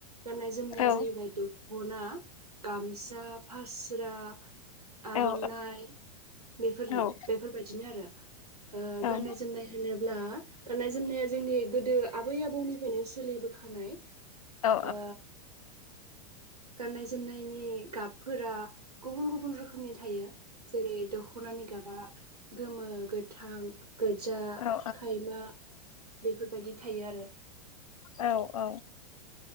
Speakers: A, on the right; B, on the left.
A: गाननाय जोमनाया
B: औ
A: जाहैबाय दखना गामसा फास स्रा आरनाइ
B: औ
A: बेफोर।
B: औ
A: बायदिनो आरो।
B: औ
A: गाननाय जोमनाय होनोब होनब्ला। गाननाय जोमनाया जोंनि गोदो आबै आबौनिफ्रायनो सो सोलिबो खानाय
B: औ
A: ओ गाननाय-जो जोमनायनि गाबफोरा गुबुन गुबुन रोखोम रोखोमनि थायो जेरै दखनानि गाबा गोमो गोथां। गोजा
B: औ
A: खायमा बेफोरबायदि थायो आरो।
B: औ औ